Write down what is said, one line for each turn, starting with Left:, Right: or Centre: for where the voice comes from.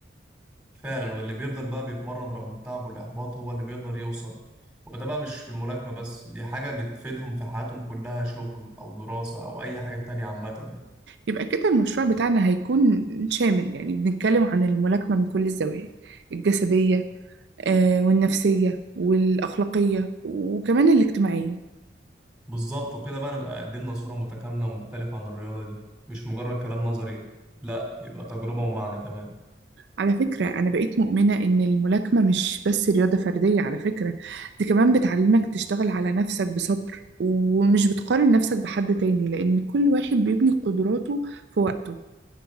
Centre: فعلا واللي بيفضل بقى بيتمرن رغم التعب والإحباط هو اللي بيقدر يوصل وده بقى مش في الملاكمة بس دي حاجة بتفيدهم في حياتهم كلها شغل أو دراسة أو أي حاجة تانية عامة
Right: يبقى كده المشروع بتاعنا هيكون شامل يعني بنتكلم عن الملاكمة من كل الزوايا الجسدية آه، والنفسية والأخلاقية وكمان الاجتماعية
Centre: بالظبط وكده بقى نبقى قدمنا صورة متكاملة ومختلفة عن الرياضة دي مش مجرد كلام نظري لا يبقى تجربة ومعنى كمان
Right: على فكرة أنا بقيت مؤمنة إن الملاكمة مش بس رياضة فردية على فكرة دي كمان بتعلمك تشتغل على نفسك بصبر ومش بتقارن نفسك بحد تاني لأن كل واحد بيبني قدراته في وقته